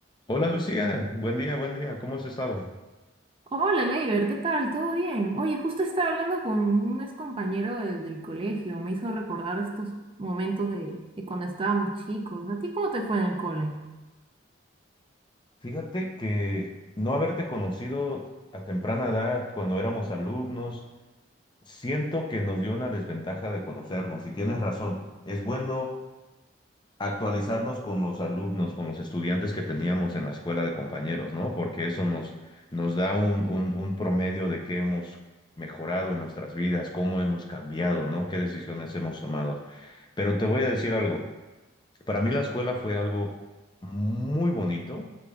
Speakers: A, on the left; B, on the right.
A: Hola Lucía, buen día, buen día, ¿cómo has estado?
B: Hola, Leiber, ¿qué tal? ¿Todo bien? Oye, justo estaba hablando con un ex compañero del colegio, me hizo recordar estos momentos de, de cuando estábamos chicos. ¿A ti cómo te fue en el cole?
A: Fíjate que no haberte conocido a temprana edad cuando éramos alumnos, siento que nos dio una desventaja de conocernos y tienes razón, es bueno actualizarnos con los alumnos, con los estudiantes que teníamos en la escuela de compañeros, ¿no? Porque eso nos, nos da un, un, un promedio de qué hemos mejorado en nuestras vidas, cómo hemos cambiado, ¿no? ¿Qué decisiones hemos tomado? Pero te voy a decir algo. Para mí la escuela fue algo muy bonito,